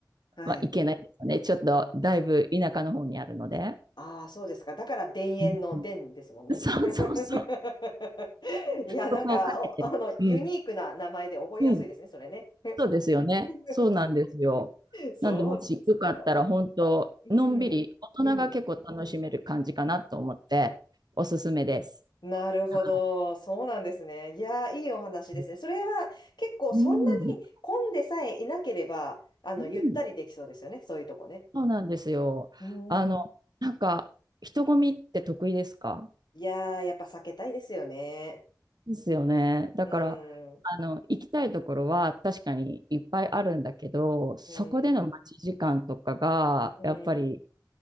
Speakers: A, on the left (about 85°); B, on the right (about 70°).
A: はい。
B: まあ、行けないですね。ちょっと、だいぶ田舎の方にあるので。
A: ああ、そうですか。だから、田園の田ですもんね。
B: うんうんそうそうそう。
A: <laughs> いや、なんか、
B: そこをかけて。
A: お、あの、
B: うん。
A: ユニークな名前で覚えやすいですね、
B: うん。
A: それね。<laughs>
B: そうですよね。そうなんですよ。
A: そうですか。
B: なんで、もしよかったら、本当のんびり、
A: うん、
B: 大人が結構楽しめる感じかなと思って、
A: うん、
B: おすすめです。
A: うん。なるほど。
B: は
A: そうなんですね。いやー、いいお話ですね。
B: い
A: それは結構そんなに混んでさえいなければ、
B: うん、
A: あの、
B: うん、
A: ゆったりできそうですよね。そういうとこね。
B: そうなんですよ。
A: うん。
B: あの、なんか、人混みって得意ですか
A: いやー、やっぱ避けたいですよね。
B: ですよね。だから、
A: うん、うん、
B: あの、行きたいところは確かにいっぱいあるんだけど、そこでの待ち時間とかが、
A: うん、
B: やっぱり